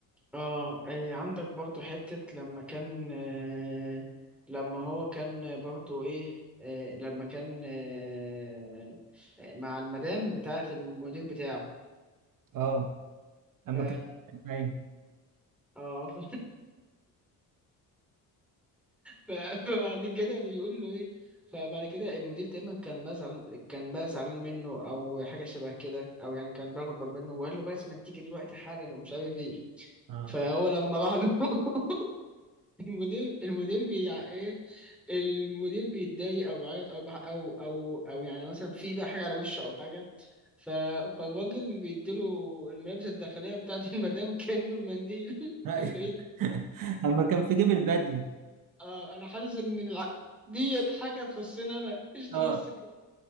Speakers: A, in the centre; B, on the right (about 60°).
A: اه آه، عندك برضو حتة لما كان آه لما هو كان برضو ايه آه لما كان آه آه، مع المدام بتاعة المدير بتاعه
B: اه اما
A: ف
B: كان ايوه
A: اه <laughs> ف- <laughs> فبعد كده بيقول له ايه فبعد كده المدير تقريبا كان بقى زعلان كان بقى زعلان منه او حاجه شبه كده او يعني كان بغضب منه وقال له بس لازم تيجي دلوقتي حالا ومش عارف ايه
B: اه
A: فهو لما راح له <laughs> المدير المدير بيع ايه المدير بيتضايق او بيعيط او بح- او او او يعني مثلا في بقى حاجه على وشه او حاجه ف... فالراجل بيديله الملابس الداخليه بتاعت المدام كانه المنديل <laughs>
B: ايوه
A: قال له ايه ده
B: <laughs> اما كان في جيب البدله
A: آه انا حاسس ان الع... ديت حاجه تخصني انا ايش تخص
B: اه
A: كده